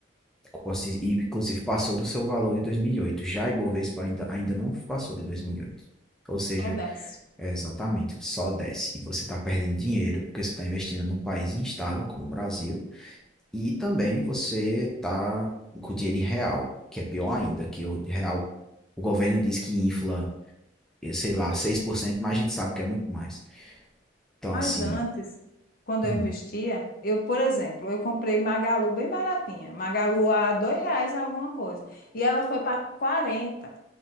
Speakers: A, in the centre; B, on the left (about 45°).
A: eu posso dizer, e inclusive passou do seu valor de 2008. Já a Ibovespa ainda, ainda não passou de 2008. Ou seja,
B: Ó, desce.
A: é exatamente, ele só desce e você está perdendo dinheiro porque você está investindo num país instável como o Brasil e também você está com dinheiro em real, que é pior ainda, que o real, o governo diz que infla eh, sei lá, seis por cento mas a gente sabe que é muito mais. Então,
B: Mas
A: assim,
B: antes, quando
A: hum,
B: eu investia, eu, por exemplo, eu comprei Magalu bem baratinha. Magalu a dois reais alguma coisa. E ela foi para 40